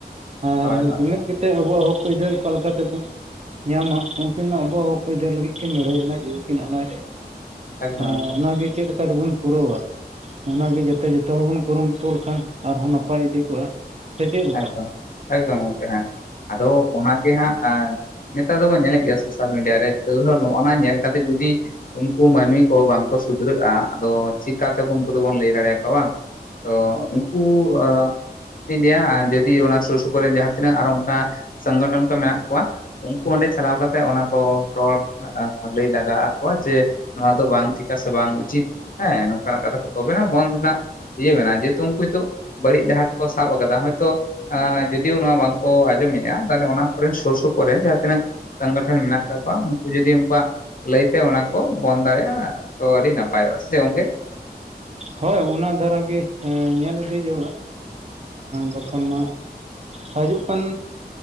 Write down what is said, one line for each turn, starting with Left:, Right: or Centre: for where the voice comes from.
Right: ᱟᱨ
Left: ᱦᱳᱭ ᱦᱳᱭ
Right: ᱡᱩᱢᱤᱫ
Left: ᱦᱳᱭ
Right: ᱠᱟᱛᱮᱫ ᱟᱵᱚᱣᱟᱜ ᱦᱚᱠ ᱟᱹᱭᱫᱟᱹᱨᱤ ᱚᱠᱟ ᱚᱠᱟ ᱞᱮᱠᱟ ᱛᱮᱵᱚᱱ ᱧᱟᱢᱟ ᱩᱱᱠᱤᱱ ᱢᱟ ᱟᱵᱚᱣᱟᱜ ᱦᱚᱸᱠ ᱟᱹᱭᱫᱟᱹᱨᱤ ᱞᱟᱹᱜᱤᱫ ᱠᱤᱱ ᱞᱟᱹᱲᱦᱟᱹᱭ ᱞᱮᱱᱟ ᱡᱤᱣᱤ ᱠᱤᱱ ᱟᱞᱟᱭ ᱞᱮᱫᱼᱟ
Left: ᱮᱠᱫᱚᱢ
Right: ᱦᱮᱸ
Left: ᱮᱠᱫᱚᱢ
Right: ᱚᱱᱟ ᱜᱮ ᱪᱮᱫ ᱞᱮᱠᱟ ᱨᱮᱵᱚᱱ ᱯᱩᱨᱟᱹᱣᱟ ᱚᱱᱟ ᱜᱮ ᱡᱟᱛᱮ ᱡᱚᱛᱚ ᱦᱚᱲ ᱵᱚᱱ ᱠᱩᱨᱩᱢᱩᱴᱩ ᱞᱮᱠᱷᱟᱱ ᱟᱨ ᱦᱚᱸ ᱱᱟᱯᱟᱭ ᱤᱫᱤ ᱠᱚᱜᱼᱟ ᱥᱮ ᱪᱮᱫ ᱞᱮᱠᱟ
Left: ᱮᱠᱫᱚᱢ ᱮᱠᱫᱚᱢ ᱜᱚᱢᱠᱮ ᱦᱮᱸ ᱟᱫᱚ ᱚᱱᱟ ᱜᱮ ᱦᱟᱸᱜ ᱟᱨ ᱱᱮᱛᱟᱨ ᱫᱚᱵᱚᱱ ᱧᱮᱞᱮᱫ ᱜᱮᱭᱟ ᱥᱳᱥᱟᱞ ᱢᱤᱰᱤᱭᱟ ᱨᱮ ᱛᱟᱹᱣ ᱱᱚᱜᱼᱚ ᱱᱟ ᱧᱮᱞ ᱠᱟᱛᱮ ᱡᱩᱫᱤ ᱩᱱᱠᱩ ᱢᱟᱹᱱᱢᱤ ᱠᱚ ᱵᱟᱝᱠᱚ ᱥᱩᱫᱷᱨᱟᱹᱜᱼᱟ ᱟᱫᱚ ᱪᱤᱠᱟᱛᱮ ᱩᱱᱠᱩ ᱫᱚᱵᱚᱱ ᱞᱟᱹᱭ ᱫᱟᱲᱮᱭ ᱟᱠᱚᱣᱟ ᱵᱟᱝ ᱛᱚ ᱩᱱᱠᱩ <unintelligible> ᱭᱟ ᱟᱨ ᱡᱩᱫᱤ ᱚᱱᱟ ᱥᱩᱨ ᱥᱩᱯᱩᱨ ᱨᱮᱱ ᱡᱟᱦᱟᱸ ᱛᱤᱱᱟᱹᱜ ᱟᱨᱚ ᱚᱱᱠᱟ ᱥᱚᱝᱜᱚᱴᱷᱚᱱ ᱠᱚ ᱢᱮᱱᱟᱜ ᱠᱚᱣᱟ ᱩᱱᱠᱩ ᱚᱸᱰᱮ ᱪᱟᱞᱟᱣ ᱠᱟᱛᱮᱜ ᱚᱱᱟ ᱠᱚ ᱨᱚᱲ ᱞᱟᱹᱭ ᱞᱟᱜᱟ ᱟᱠᱚᱣᱟ ᱡᱮ, ᱱᱚᱣᱟ ᱫᱚ ᱵᱟᱝ ᱴᱷᱤᱠᱟ ᱥᱮ ᱵᱟᱝ ᱩᱪᱤᱛ ᱦᱮᱸ ᱱᱚᱝᱠᱟᱱᱟᱜ ᱠᱟᱛᱷᱟ ᱠᱚ ᱛᱚᱵᱮᱱᱟᱜ ᱵᱚᱱᱫᱷ ᱨᱮᱱᱟᱜ ᱤᱭᱟᱹ ᱢᱮ ᱡᱮᱦᱮᱛᱩ ᱩᱱᱠᱩ ᱦᱤᱛᱳᱜ ᱵᱟᱹᱲᱤᱡ ᱰᱟᱦᱟᱨ ᱠᱚ ᱥᱟᱵ ᱟᱠᱟᱫᱟ ᱦᱚᱭᱛᱚ ᱟᱸ ᱡᱩᱫᱤᱭᱚ ᱱᱚᱣᱟ ᱵᱟᱝᱠᱚ ᱟᱸᱡᱚᱢᱮᱜᱼᱟ ᱛᱟᱦᱞᱮ ᱚᱱᱟ ᱠᱚᱨᱮᱱ ᱥᱩᱨ ᱥᱩᱯᱩᱨᱮ ᱡᱟᱦᱟᱸ ᱛᱤᱱᱟᱹᱜ ᱥᱚᱝᱜᱚᱴᱷᱚᱱ ᱢᱮᱱᱟᱜ ᱛᱟᱠᱚᱣᱟ ᱩᱱᱠᱩ ᱡᱩᱫᱤ ᱩᱱᱠᱩᱣᱟᱜ ᱞᱟᱹᱭ ᱛᱮ ᱚᱱᱟ ᱠᱚ ᱵᱚᱱ ᱫᱟᱲᱮᱭᱟᱜᱼᱟ ᱛᱚ ᱟᱹᱰᱤ ᱱᱟᱯᱟᱭᱚᱜᱼᱟ ᱥᱮ ᱜᱚᱝᱠᱮ
Right: ᱦᱳᱭ ᱚᱱᱟ ᱫᱷᱟᱨᱟᱜ ᱜᱮ ᱧᱮᱞ ᱤᱫᱤ ᱡᱮ ᱚᱲᱟᱜ ᱵᱟᱠᱷᱟᱱ ᱢᱟ ᱦᱤᱡᱩᱜ ᱠᱟᱱ